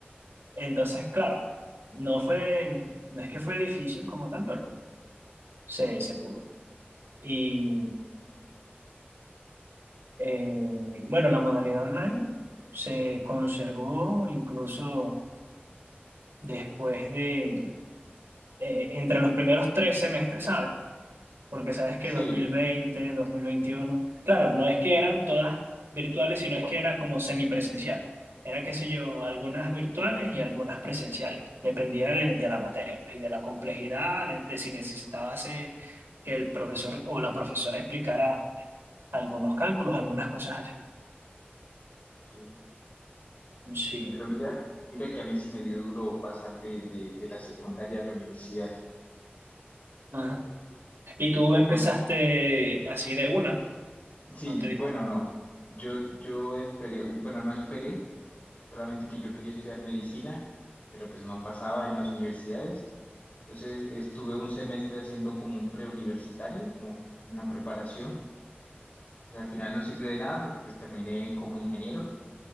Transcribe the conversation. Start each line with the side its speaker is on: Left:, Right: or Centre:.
Right: Entonces, claro, no fue, no es que fue difícil como tal, pero se, se pudo. Y eh, bueno, la modalidad online se conservó incluso después de, eh, entre los primeros tres semestres, ¿sabes? porque sabes que
Left: Sí,
Right: dos dos mil veinte dos mil veintiuno claro, no es que eran todas virtuales, sino es que era como semipresencial. Era, qué sé yo, algunas virtuales y algunas presenciales. Dependía de, de la materia pues, y de la complejidad, de, de si necesitabas eh, que el profesor o la profesora explicara algunos cálculos, algunas cosas así.
Left: sí.
Right: Sí.
Left: Pero mira, mira que a mí sí me dio duro pasar de, de, de la secundaria a la universidad.
Right: Ajá. Y tú empezaste
Left: Por,
Right: así de una,
Left: sí,
Right: ¿no te diste?
Left: bueno, no. Yo, yo esperé, un- bueno, no esperé, solamente que yo quería estudiar medicina, pero pues no pasaba en las universidades. Entonces estuve un semestre haciendo como un preuniversitario, como una preparación. Pues al final no sirvió de nada porque pues terminé como ingeniero,